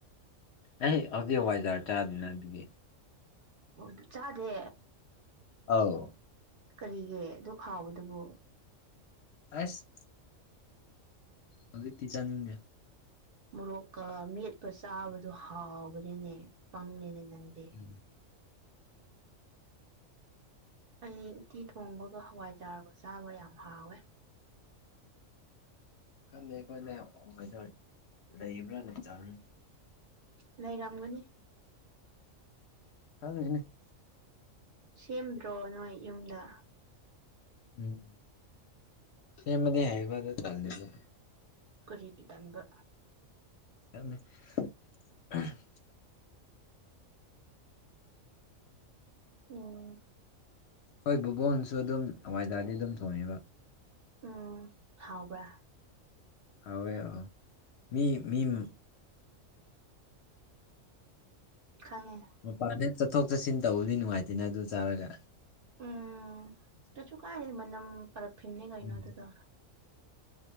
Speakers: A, on the left (about 65°); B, on the right (about 55°).
A: ꯑꯩ ꯍꯧꯖꯤꯛ ꯍꯋꯥꯏꯖꯔ ꯆꯥꯗꯨꯅ ꯑꯗꯨꯒꯤ
B: ꯑꯣ ꯗꯨ ꯆꯥꯗꯦ
A: ꯑꯧ
B: ꯀꯔꯤꯒꯤ ꯑꯗꯨꯛ ꯍꯥꯎꯕꯗꯨꯕꯨ
A: ꯑꯁ ꯍꯧꯖꯤꯛꯇꯤ ꯆꯥꯅꯤꯡ <unintelligible>
B: ꯃꯣꯔꯣꯛꯀ ꯃꯦꯠꯄ ꯆꯥꯕꯗꯨ ꯍꯥꯎꯕꯅꯤꯅꯦ ꯄꯪꯉꯦꯅꯦ ꯅꯪꯗꯤ
A: ꯎꯝ
B: ꯑꯩ ꯎꯠꯇꯤ ꯊꯣꯡꯕꯒ ꯍꯋꯥꯏꯖꯥꯔꯒ ꯆꯥꯕ ꯌꯥꯝ ꯍꯥꯎꯋꯦ
A: ꯈꯪꯗꯦ ꯑꯩꯈꯣꯏꯗ ꯍꯋꯥꯏꯖꯥꯔ ꯂꯩꯕ꯭ꯔꯥꯅ ꯆꯥꯕꯟ
B: ꯂꯩꯔꯝꯒꯅꯤ
A: <unintelligible>
B: ꯁꯦꯝꯗ꯭ꯔꯣ ꯅꯣꯏ ꯌꯨꯝꯗꯥ
A: ꯎꯝ ꯁ‌ꯦꯝꯕꯗꯤ ꯍꯩꯕꯥ ꯑꯗ‌ꯣ ꯇꯜꯂ‌ꯦ <unintelligible>
B: ꯀꯔꯤꯒꯤ ꯇꯟꯕ
A: <unintelligible>
B: <unintelligible>
A: ꯍꯣꯏ ꯕꯨꯕꯣꯛ ꯍ‌ꯣꯏꯅꯁꯨ ꯑꯗꯨꯝ ꯍꯋꯥꯏꯖꯥꯔꯗꯤ ꯑꯗꯨꯝ ꯊꯣꯡꯉꯦꯕ
B: ꯍꯨꯝ ꯍꯥꯎꯕ꯭ꯔꯥ
A: ꯍꯥꯎꯋ‌ꯦ ꯍꯥꯎ ꯃꯤ ꯃꯤꯎ
B: ꯈꯪꯉꯦ
A: ꯃꯄꯥꯟ ꯍꯦꯛ ꯆꯠꯊꯣꯛ ꯆꯠꯁꯤꯟ ꯇꯧꯕꯗꯤ ꯅꯨꯡꯉꯥꯏꯇꯦꯅ ꯑꯗꯨ ꯆꯥꯔꯒ
B: ꯎꯝ ꯀꯩꯁꯨ ꯀꯥꯏꯗ‌ꯦ ꯃꯅꯝ ꯄꯔꯐ꯭ꯌꯨꯝꯅꯦ ꯀꯩꯅꯣ
A: ꯎꯝ
B: ꯑꯗꯨꯗ‌ꯣ